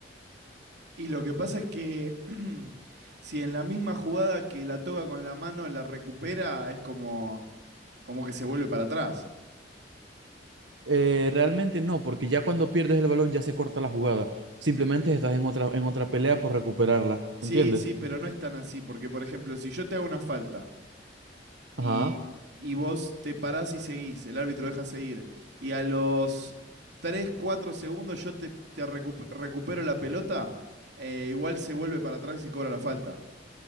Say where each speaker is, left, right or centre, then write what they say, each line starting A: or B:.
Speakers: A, on the right; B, on the right.
A: Y lo que pasa es que <clears throat> si en la misma jugada que la toca con la mano la recupera, es como, como que se vuelve para atrás.
B: Eh, realmente no, porque ya cuando pierdes el balón ya se corta la jugada. Simplemente estás en otra, en otra pelea por recuperarla.
A: Sí,
B: ¿Entiendes?
A: sí, pero no es tan así, porque por ejemplo, si yo te hago una falta
B: Ajá.
A: y, y vos te parás y seguís, el árbitro deja seguir, y a los 3 4 segundos yo te, te recu- recupero la pelota, eh, igual se vuelve para atrás y se cobra la falta.